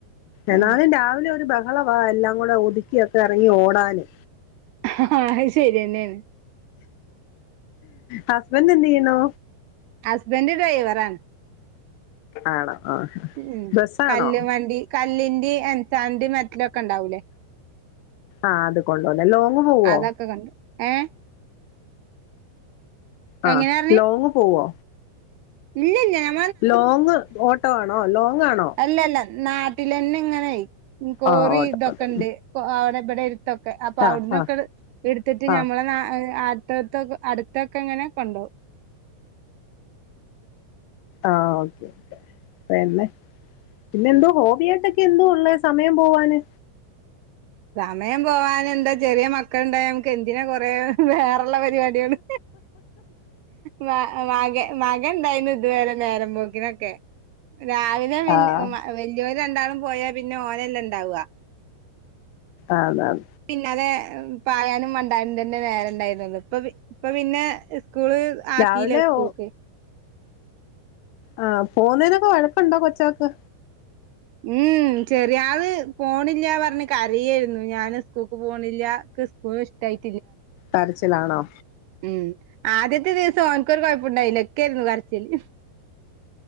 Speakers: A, on the left (about 80°); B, on the right (about 80°).
A: എന്നാലും
B: ആഹ്
A: രാവിലെ ഒരു ബഹളവാ എല്ലാം കൂടെ ഒതുക്കിയൊക്കെ എറങ്ങി ഓടാന്
B: ആ അത് ശരി തന്നെയാണ്
A: ഹസ്ബൻഡ് എന്ത് ചെയ്യുന്നു
B: ഹസ്ബൻഡ് ഡ്രൈവറാണ്
A: ആണോ ആ
B: ഉം
A: ബസ്സാണോ
B: കല്ലും വണ്ടി കല്ലിന്റെ എൻസാന്റെ മെറ്റലൊക്കെ ഉണ്ടാവൂലേ
A: ആഹ് അത് കൊണ്ടോണ ലോങ്ങ് പോവോ
B: അതൊക്കെ കണ്ട് ഏഹ്
A: ആ
B: എങ്ങനെയാ പറഞ്ഞ്
A: ലോങ് പോവോ
B: ഇല്ലില്ല ഞ
A: ലോങ് ഓട്ടോ ആണോ ലോങ് ആണോ
B: അല്ലല്ല നാട്ടിലെന്നെ ഇങ്ങനെയി കോറി
A: ആ ഓട്ടോ
B: ഇതൊക്കെ
A: ഓട്ടോ
B: ഉണ്ട് അവിടെ ഇവിടെ ത്തൊക്കെ അപ്പൊ
A: ആ
B: അവിടന്നൊക്കെ
A: ആ
B: എടുത്തിട്ട്
A: ആ
B: ഞമ്മളെ നാ അ അടുത്തടുത്തൊക്കെ അടുത്തൊക്കെ ഇങ്ങനെ കൊണ്ടോവും
A: ആഹ് ഓക്കെ ഓക്കെ പിന്നെ പിന്നെ എന്തോ ഹോബിയായിട്ടൊക്കെ എന്തോ ഉള്ള സമയം പോവാന്
B: സമയം പോവാന് എന്താ ചെറിയ മക്കൾണ്ടായ നമുക്ക് എന്തിനാ കൊറെേ വേറെ ഉള്ള പരിപാടികള് മ മക മകൻ ഇണ്ടായിരുന്നു ഇതുവരെ നേരമ്പോ ഇങ്ങനൊക്കെ രാവിലെ പിന്നെ
A: ആഹ്
B: മ് വെല്യോ രണ്ടാളും പോയാ പിന്നെ ഓനല്ലേ ഇണ്ടാവുക
A: അതാണ്
B: പിന്നാലെ പായാനും മണ്ടാനും തന്നെ നേരെ ഉണ്ടായിരുന്നുള്ള ഇപ്പൊ ഇപ്പൊ പിന്നെ സ്കൂള് ആക്കിയില്ലേ
A: രാവിലെ
B: സ്കൂൾക്ക്
A: ഓ ആഹ് പോവുന്നേനൊക്കെ വഴക്കുണ്ടോ കൊച്ചക്ക്
B: ഉം ഉ ചെറിയാള് പോണില്ല പറഞ്ഞ് കരയായിരുന്നു ഞാൻ സ്കൂൾക്ക് പോണില്ല ഇക്ക് സ്കൂൾ ഇഷ്ടമായി
A: കരച്ചിലാണോ
B: ഉം ആദ്യത്തെ ദിവസം ഓനിക്കൊരു കൊഴപ്പുണ്ടായില്ല ഇക്കായിരുന്നു കരച്ചില്